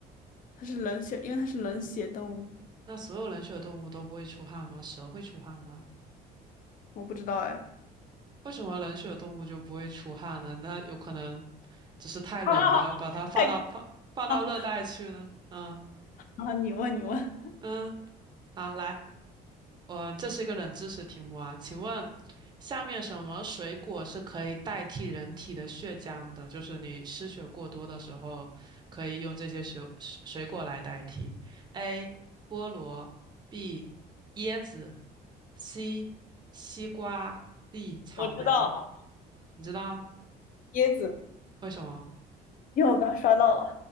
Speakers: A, on the left (about 55°); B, on the right (about 25°).
A: 它是冷血，因为它是冷血动物，
B: 那所有冷血动物都不会出汗吗？蛇会出汗吗？
A: 我不知道哎。
B: 为什么冷血动物就不会出汗呢？那有可能只是太冷了，
A: <laughs> 哈哈哈，
B: 要把它放到放放到热带去呢？
A: 太搞笑了
B: 嗯
A: 啊，你问你问，
B: 嗯，好，来。我这是一个冷知识题目啊，请问下面什么水果是可以代替人体的血浆的？就是你失血过多的时候，可以用这些水水果来代替。A. 菠萝 B. 椰子 C. 西瓜 D. 草莓。
A: 我知道
B: 你知道
A: 椰子，
B: 为什么？
A: 因为我刚刷到了。